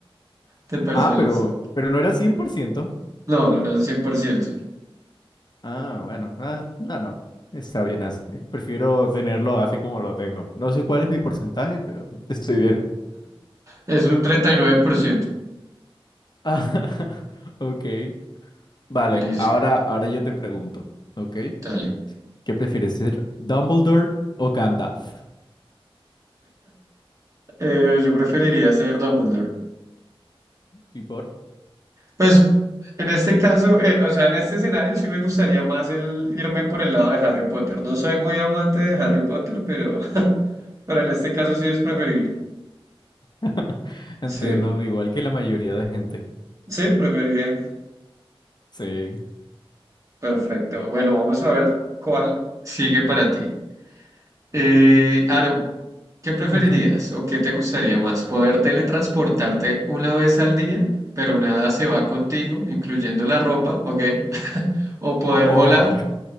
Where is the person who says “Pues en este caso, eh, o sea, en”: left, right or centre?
Right